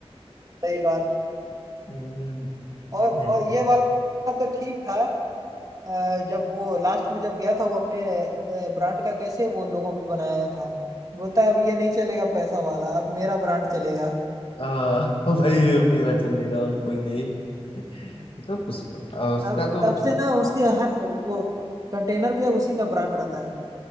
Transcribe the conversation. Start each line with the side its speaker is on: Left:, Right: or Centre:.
Right: सही बात
Left: हम्म,
Right: और और
Left: नहीं भाई
Right: ये वाला तो ठीक था अ, जब वो लास्ट में जब गया था वो अपने ब्रांड का कैसे वो लोगो बनाया था बोलता है अब ये नहीं चलेगा पैसा वाला अब मेरा ब्रांड चलेगा
Left: आ, भाई ये मेरा चलेगा और कोई नहीं तो उस, और उसका
Right: तब
Left: तो
Right: तब
Left: मतलब
Right: से ना उसके हर वो कंटेनर पे उसी का ब्रांड रहता है